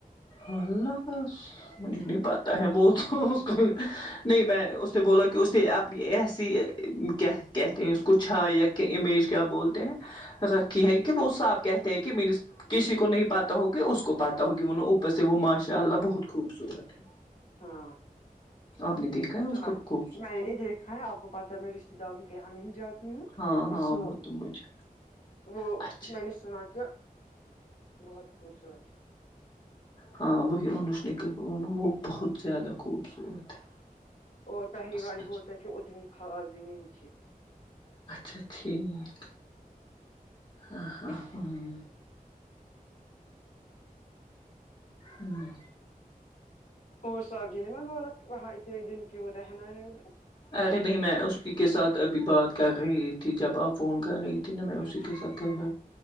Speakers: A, on the left; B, on the left.
A: اللہ بس مجھے نہیں پاتا ہے وہ تو نہیں میں اس نے بولا کہ اس نے اپنی ایسی کیا ہے کہتے ہیں اس کو چھایا کہ امیج کیا بولتے ہیں رکھی ہے کہ وہ صاحپ کہتے ہیں کہ مینس کسی کو نہیں پاتا ہوگی اس کو پاتا ہوگی انوں اوپ پر سے وہ ماشاء اللہ بہت خوبصورت ہے
B: ہاں
A: آپ نے دیکھا ہے اس
B: سنا
A: کو خوب کو
B: میں نہیں دیکھ ا ہے ہاں آپ کو پتا ہے میں رشتہ داروں کے یہاں نہیں جات تی ام
A: ہاں ہاں
B: بس سنا
A: وہ تو مجھے
B: وہ
A: اچھا
B: میں نے سنا کیا بہت خوبصورت ہے
A: ہاں وہی انس نے کہا وہ نہ بہت زیادہ خوبصورت ہے
B: اور پہلی
A: بس
B: بار
A: اچھا
B: بولتا ہے کہ اتنی خاص بھی نہیں تھی
A: اچھا ٹھیک ہاں ہاں ہاں ہوں
B: وہ صاحب جی نے م بولا وہاں اتنے دن کیوں رہنا ہے ادھر
A: ارے نہیں
B: اس کو
A: میں اسی کے ساتھ ابھی بات کر رہی تھی جب آپ فون کر رہی تی نہ میں
B: ہوں
A: اسی کے ساتھ تب